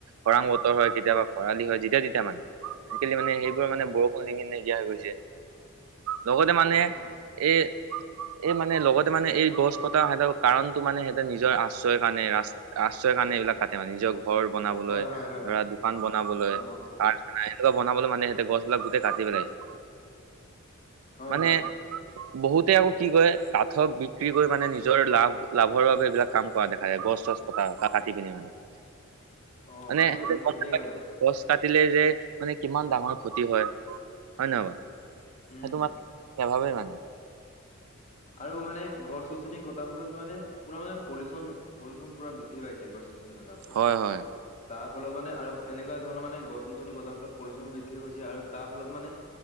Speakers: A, on the right; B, on the left.
A: খৰাং বতৰ হয় কেতিয়াবা খৰালি হয় যেতিয়া তেতিয়া মানে আজিকালি মানে সেইবোৰ মানে বৰষুণ লিমিত নাইকিয়া হৈ গৈছে। লগতে মানে
B: অ
A: এই এই মানে লগতে মানে এই গছ কটা সিহঁতৰ কাৰণতটো মানে সিহঁতেৰ নিজৰ আশ্ৰয়ৰ কাৰণে ৰা আশ্ৰয়ৰ কাৰণে এইবিলাক কাটে মানে, নিজৰ ঘৰ বনাবলৈ
B: হয় হয় হয়
A: ধৰা দোকান বনাবলৈ,
B: অ
A: কাৰখানা, সেনেকুৱা বনাবলৈ মানে সিহঁতে গছবিলাক গোটেই কাটি পেলাইছে।
B: হয়
A: মানে
B: হয়
A: বহুতে আকৌ কি কয় কাঠৰ বিক্ৰী কৰি মানে নিজৰ লাভ, লাভৰ বাবে এইবিলাক কাম কৰা দেখা যায় গছ চছ ক কাটি পিনি মানে।
B: অ',
A: মানে
B: হয়
A: সিহঁতে
B: তুমি
A: গম
B: ঠিকে
A: নাপায়
B: কৈ আছাঁ।
A: গছ কাটিলে যে মানে কিমান ডাঙৰ ক্ষতি হয়, হয়ে নহয় বাৰু?
B: উম
A: সেইটো মানে, নেভাবে মানে।
B: আৰু মানে গছ-গছনি কটাৰ ফলত মানে, পুৰা মানে পলিউচন পলিউচন পুৰা বৃদ্ধি পাইছে গছ-গছনি কটা
A: হয়, হয়।
B: তাৰ ফলত মানে আৰু এনেকুৱা ধৰণৰ মানে গছ-গছনি কটাৰ ফলত পলিউচন বৃদ্ধি হৈছে আৰু তাৰ ফলত মানে